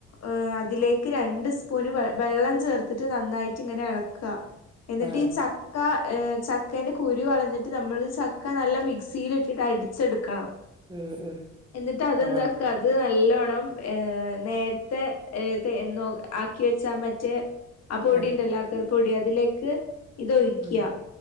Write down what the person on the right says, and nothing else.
ആ
ഉം ഉം
ആ
ആ
ഉം